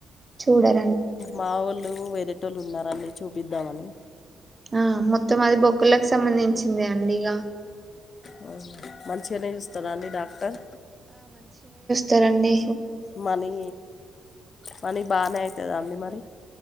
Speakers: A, on the right (about 20°); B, on the left (about 45°).
A: చూడర్
B: మా వొళ్ళు వేరేటోళ్ళు ఉన్నారండి చూపిద్దమని
A: ఆ మొత్తం అది బొక్కులకు సంబంధించిందే అండి ఇగ
B: అవున మంచిగానే చూస్తదా అండి డాక్టర్
A: తరండి
B: మనీ మనీ బానే అయితాదా అండి మరి